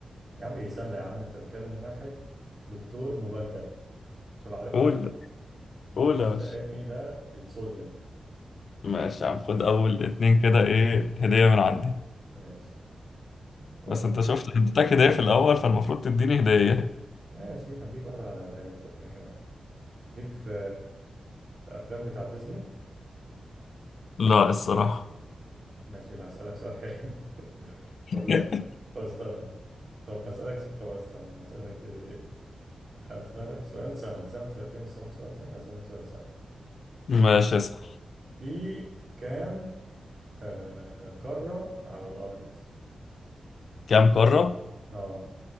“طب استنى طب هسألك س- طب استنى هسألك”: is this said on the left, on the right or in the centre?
Right